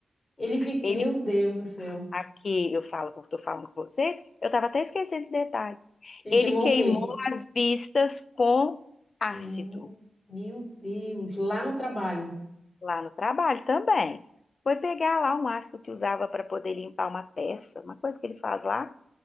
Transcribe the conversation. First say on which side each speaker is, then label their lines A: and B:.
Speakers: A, on the left; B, on the left.
A: Ele fica...
B: Ele,
A: Meu Deus do céu.
B: aqui, eu falo, eu estou falando com você, eu estava até esquecendo esse detalhe.
A: Ele
B: Ele
A: queimou
B: queimou
A: o quê?
B: as vistas com ácido
A: Queimou- Meu Deus. Lá no trabalho.
B: lá no trabalho também. Foi pegar lá um ácido que usava para poder limpar uma peça, uma coisa que ele faz lá.